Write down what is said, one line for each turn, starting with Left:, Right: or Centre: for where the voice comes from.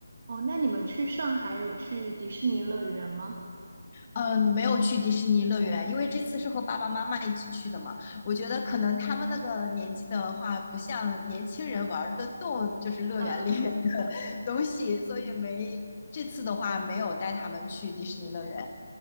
Right: 哦，那你们去上海有去迪士尼乐园吗？
Left: 嗯，没有去迪士尼乐园，因为这次是和爸爸妈妈一起去的嘛。我觉得可能他们那个年纪的话，不像年轻人玩儿得动，就是乐园里。
Right: 呃，
Left: <laughs> 东西，所以没这次的话没有带他们去迪士尼乐园。